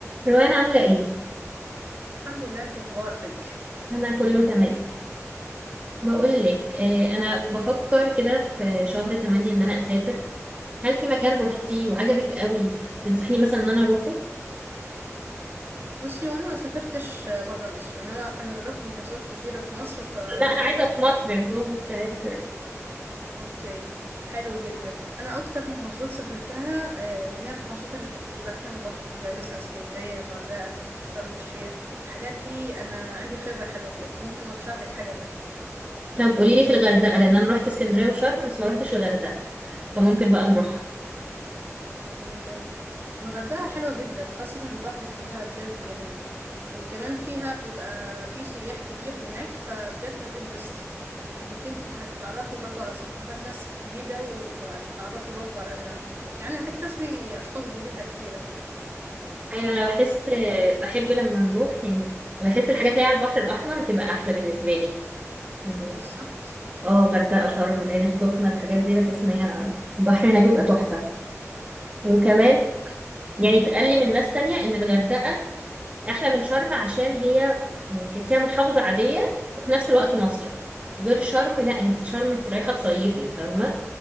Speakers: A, on the right; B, on the right.
A: روان عاملة ايه؟
B: الحمد لله انت اخبارك
A: أنا كله تمام بقولك آه أنا بفكر كده في شهر تمانية إن أنا أسافر هل في مكان روحتيه وعجبك قوي تنصحيني مثلا إن أنا أروحه؟
B: بصي وانا ما سافرتش بره مصر انما انا جربت محافظات كتيره في مصر فممكن
A: لا أنا عايزة
B: اقول
A: في مصر
B: لك.
A: في جوه مصر عادي كمان
B: اوكي حلو جدا انا اكتر محافظات سافرتها آه، اللي هي المحافظات اللي في- بتبقى فيها بحر زي مثلا اسكندريه الغردقه شرم الشيخ الحاجات دي انا عندي خبره حلوه فيها فممكن ارشح لك حاجه
A: طب قوليلي في الغردقة لأن أنا روحت اسكندرية وشرم بس ما روحتش الغردقة فممكن بقى نروحها
B: بجد الغردقة حلوة جدا خاصة البحر فيها بجد جميل وكمان فيها بيبقى في سياح كتير هناك فبجد هتنبسطي انك انت هتتعرفي برضو على ثقافات ناس جديدة وهتتعرفي برضو على أنا يعني هتكتسبي أشخاص جديدة كتير هناك
A: أيوة أنا بحس آه بحب لما نروح يعني بحس الحاجات اللي هي على البحر الأحمر بتبقى أحلى بالنسبة لي يعني
B: فبالظبط
A: اه غردقة شرم العين السخنة الحاجات دي بحس إن هي البحر هناك بيبقى تحفة وكمان
B: اه جدا
A: يعني اتقال لي من ناس تانية ان الغردقة احلى من شرم عشان هي يعني تحسيها محافظة عادية وفي نفس الوقت مصيف غير شرم لا انت شرم انت رايحة تصيفي فاهمة